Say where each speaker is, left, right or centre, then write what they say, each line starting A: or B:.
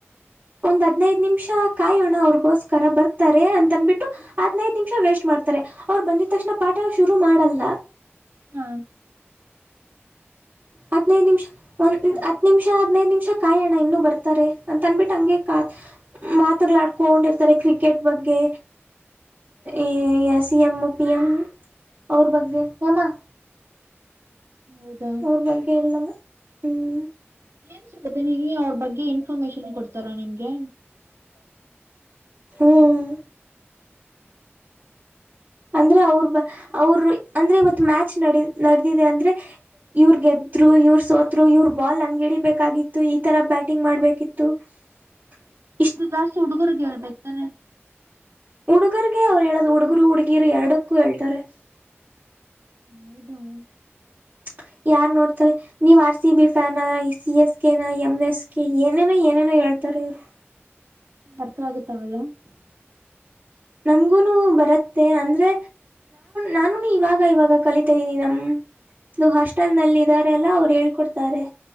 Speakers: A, on the right; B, on the right.
A: ಒಂದ್ ಹದ್ನೈದ ನಿಮಿಷ ಕಾಯೋಣ ಅವ್ರಗೋಸ್ಕರ ಬರ್ತಾರೆ ಅಂತ ಅನ್ಬಿಟ್ಟು ಹದ್ನೈದ್ ನಿಮಿಷ ವೇಸ್ಟ್ ಮಾಡ್ತಾರೆ ಅವರು ಬಂದಿದ ತಕ್ಷಣ. ಪಾಠ ಶುರು ಮಾಡಲ್ಲ.
B: ಹಾ
A: ಹದ್ನೈದು ನಿಮಿಷ. ಒಂದ್
B: ಏನ್ ಮಾಡ್ತಾರ
A: ಹತ್ತ ನಿಮಿಷ ಹದನೈದು ನಿಮಿಷ <unintelligible> ಕಾಯೋಣ ಇನ್ನು ಬರ್ತಾರೆ ಅಂತ ಅನ್ಬಿಟ್ಟ ಹಂಗೆ ಕದ ಮಾತುಗಳಾಡ್ಕೊಂಡಿರ್ತಾರೆ ಕ್ರಿಕೆಟ್ ಬಗ್ಗೆ ಏ ಸಿ. ಎಂ. ಪಿಎಂ ಅವರ ಬಗ್ಗೆ ಹೇಮಾ <unintelligible>
B: ಹೌದಾ
A: ಅವರ ಬಗ್ಗೆ ಇಲ್ಲಮ್ಮ <unintelligible> ಹೂ <unintelligible>
B: ಏನ್ <inaudible> ನೀ ರೀ ಅವರ ಬಗ್ಗೆ ಇನ್ಫಾರ್ಮೇಶನ್ ಕೊಡ್ತಾರ ನಿಮ್ದಗೆ. <unintelligible> ಏನ್? <unintelligible>
A: ಹ <unintelligible> ತು ಅವರ ಬ ಅವರು ಅಂದ್ರೆ ಇವತ್ತು ಮ್ಯಾಚ್ ನಡೇಯು ನಡೆದಿದೆ ಅಂದ್ರೆ ಇವ್ರ ಗೆದ್ರು ಇವ್ರ ಸೋತ್ರು ಇವ್ರ ಬಾಲ್ ಹಂಗಹಿಡಿಬೇಕಾಗಿತ್ತು ಈ ತರ ಬ್ಯಾಟಿಂಗ್ ಮಾಡ್ಬೇಕಿತ್ತು. <unintelligible>
B: ಇದು ಪಸ್ಟ್ ಹುಡುಗರ್ ಗೇ ಆಗಬೇಕ್ ತಾನೆ. <unintelligible>
A: ಹುಡುಗುರರ್ಗೆ ಹೇಳುದ ಹುಡುಗ ಹುಡುಗಿ ಹುಡುಗಿಯರು ಎರಡುಕು ಅಳತ್ತಾರೆ. <unintelligible>
B: ಹೌದವು <unintelligible>
A: <unintelligible> ಯಾರ್ ನೋಡ್ತಾರೆ ನೀವ್ ಆರ್ ಸಿ ಬಿ ಫ್ಯಾನ C S ಕೆನಾ M S K ಏನೇನೂ ಏನೇನೂ ಹೇಳ್ತಾರೆ ಇವರು.
B: ಅರ್ಥ ಆಗುತ್ತಾ ಅವ ಎಲ್ಲಾ, <unintelligible>
A: ನಮಗೂ ಬರತ್ತೆ ಅಂದ್ರೆ ನಾನುನೂ ಇವಾಗ ಇವಾಗ ಕಲಿತಾ ಇದೀನಿ ನಮ್ದು ಹಾಸ್ಟೆಲ್ ಇದಾರೆ ಅಲ್ಲ ಅವ್ರ ಹೇಳ್ಕೊಡ್ತಾರೆ